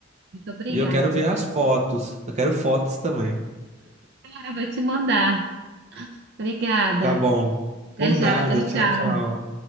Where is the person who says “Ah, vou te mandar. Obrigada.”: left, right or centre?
Right